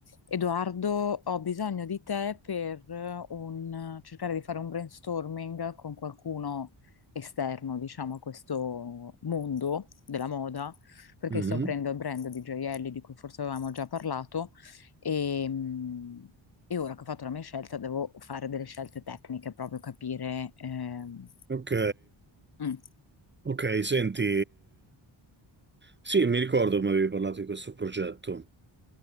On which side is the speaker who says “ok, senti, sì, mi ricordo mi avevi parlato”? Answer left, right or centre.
Right